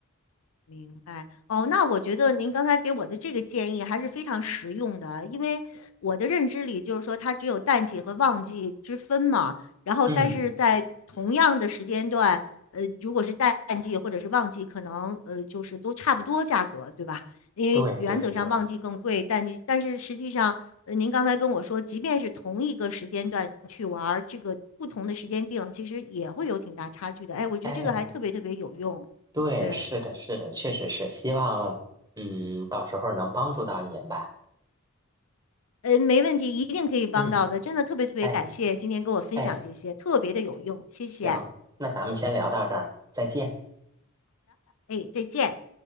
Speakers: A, on the left; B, on the right.
A: 明白哦，那我觉得您刚才给我的这个建议还是非常实用的啊，因为我的认知里就是说它只有淡季和旺季之分嘛，然后但是在同样的时间段，
B: 嗯，
A: 呃，如果是淡季或者是旺季，可能呃就是都差不多价格，对吧？因为原则上旺季更贵，
B: 对对对，
A: 淡季，但是实际上，呃，您刚才跟我说，即便是同一个时间段去玩儿这个不同的时间定，其实也会有挺大差距的。哎，我觉得这个还特别特别有用，
B: 哎，对，
A: 对。
B: 是的，是的，确实是，希望嗯到时候能帮助到您吧。
A: 嗯，没问题，一定可以帮到的。
B: 嗯，
A: 真的特别特别感谢今天跟我分享这些，
B: 哎哎。
A: 特别的有用，谢谢。
B: 行，那咱们先聊到这儿，再见。
A: 哎，再见。